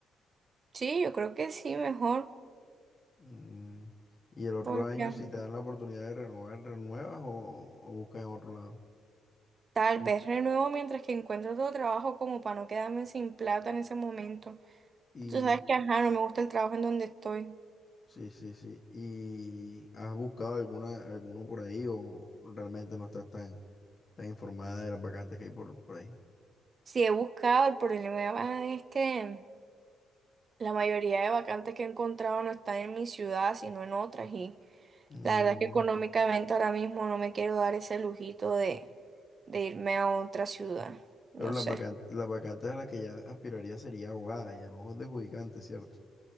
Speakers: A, on the right; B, on the left.
A: Sí, yo creo que sí, mejor,
B: Mm, Y el otro
A: porque
B: año,
A: ajá,
B: si te dan la oportunidad de renovar, renuevas o, o buscas en otro lado.
A: tal vez renuevo mientras que encuentro otro trabajo como para no quedarme sin plata en ese momento.
B: Y
A: Tú sabes que, ajá, no me gusta el trabajo en donde estoy.
B: sí, sí, sí. ¿Y has buscado alguna, alguno por ahí o realmente no estás tan, tan informada de las vacantes que hay por, por ahí?
A: Sí, he buscado, el problema es que la mayoría de vacantes que he encontrado no están en mi ciudad, sino en otras y...
B: Mm,
A: La verdad es que económicamente ahora mismo no me quiero dar ese lujito de, de irme a otra ciudad. No
B: Pero las
A: sé.
B: vacantes, las vacantes a las que ya aspiraría sería abogada, ya no judicante, ¿cierto?